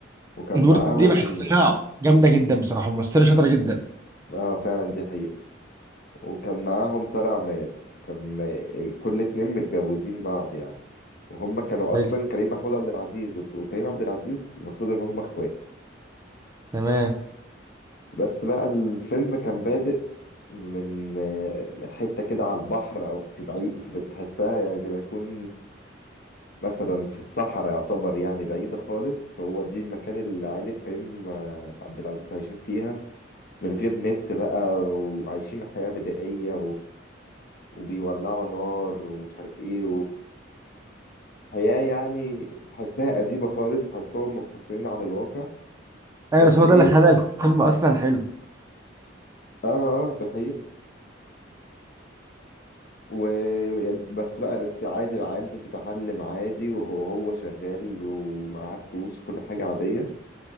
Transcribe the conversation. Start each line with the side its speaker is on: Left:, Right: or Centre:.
Left: وكان
Right: نور
Left: معاهم
Right: دي بحسها جامده جدا بصراحه ممثله شاطره جدا
Left: اه فعلا دي حقيقة وكان معاهم طارق عماد كان كل اتنين متجوزين بعض يعني وهم كانوا
Right: حلو
Left: اصلا كريم محمود عبد العزيز وك- وكريم عبد العزيز المفروض ان هم اخوات
Right: تمام
Left: بس بقى الفيلم كان بادئ من من حته كده على البحر او في بعيد في بتحسها يعني زي ما يكون مثلا في الصحراء يعتبر يعني بعيده خالص هو دي المكان اللي عائله كريم آه، عبد العزيز عايشين فيها من غير نت بقى وعايشين حياه بدائيه وبيولعوا نار ومش عارف ايه وحياة يعني تحسها أديبة خالص تحسهم منفصلين عن الواقع
Right: ايوه
Left: بس
Right: بس هو
Left: ايه
Right: ده اللي خلى الفيلم اصلا حلو
Left: اه اه اه، ده حقيقة و... يعني- بس بقى بس عادي العيال بتتعلم عادي وهو هو شغال ومعاه فلوس كل حاجة عادية